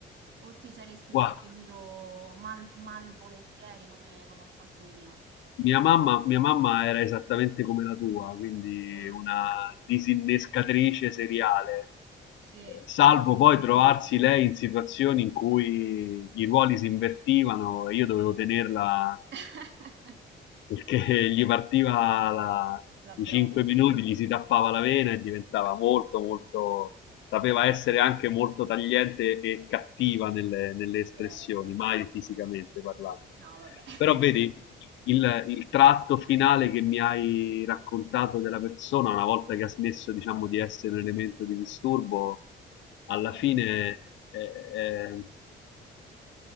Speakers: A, on the right; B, on the left.
A: o ti saresti
B: guarda,
A: trattenuto mal, malvolentieri come, come ho fatto io?
B: mia mamma, mia mamma era esattamente come la tua, quindi
A: Ah,
B: una disinnescatrice seriale,
A: sì,
B: eh, salvo
A: sì.
B: poi trovarsi lei in situazioni in cui i ruoli si invertivano e io dovevo tenerla
A: <laughs>
B: perché <laughs> gli partiva la-
A: La brocca.
B: i 5 minuti, gli si tappava la vena e diventava molto, molto, sapeva essere anche molto tagliente e cattiva nelle, nelle
A: Ok.
B: espressioni, mai fisicamente parlando.
A: No, vabbè. <laughs>
B: Però vedi, il, il tratto finale che mi hai raccontato della persona, una volta che ha smesso, diciamo, di essere un elemento di disturbo, alla
A: Sì,
B: fine è, è-